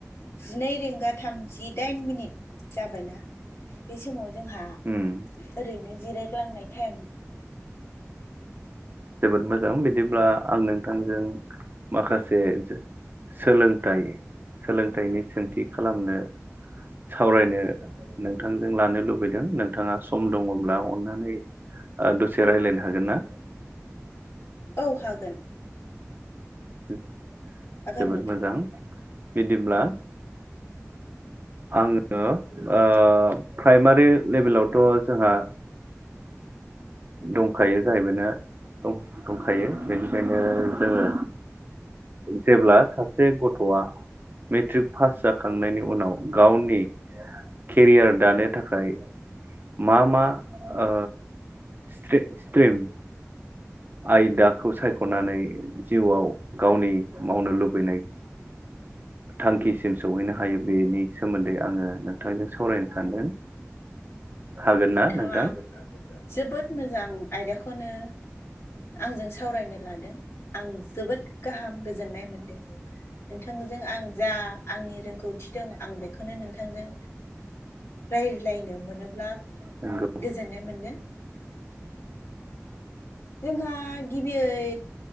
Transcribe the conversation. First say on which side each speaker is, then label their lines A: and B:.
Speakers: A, on the left; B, on the right.
A: जिनै रिंगा थामजिदाइन मिनिट जाबायना बे समाव जोंहा
B: उम
A: ओरैनो जिराय ग्लांनाय टाइम
B: जोबोद मो मोजां बिदिब्ला आं नोंथांजों माखासे सोलोंथाइ सोलोंथाइनि सोंथि खालामनो सावरायनो नोंथांजों लानो लुबैदों नोंथाङा सम दङब्ला अन्नानै दसे रायज्लायनो ओ हागोन ना
A: औ हागोन
B: द <unintelligible>
A: हागोन
B: जोबोद
A: नोंथां
B: मोजां बिदिब्ला आङो ओ प्राइमारि लेभेलावथ' जोंहा दंखायो जाहैबायनो दंखायो बेनिखायनो जोङो जेब्ला सासे गथ'आ मेट्रिक पास जाखांनायनि उनाव गावनि केरियार दानो थाखाय मा मा ओ सिथ्रिम सिथ्रिम आयदाखौ सायख'नानै जिउआव गावनि मावनो लुबैनाय थांखिसिम सौहैनो हायो बेनि सोमोन्दै आङो नोंथांजों सावरायनो सानदों हागोन
A: नोंथाङा
B: ना नोंथां
A: जोबोद मोजां <unintelligible> आयदाखौनो आंजों सावरायनो लादों आं जोबोद गाहाम गोज गोजोननाय मोनदों नोंथांजों आं जा आंनि रोंगौथि दं आं बेखौनो नोंथांजों रायज्लायनो मोनोब ब्ला
B: नंगौ
A: गोजोननाय मोनगोन जोंहा गिबियै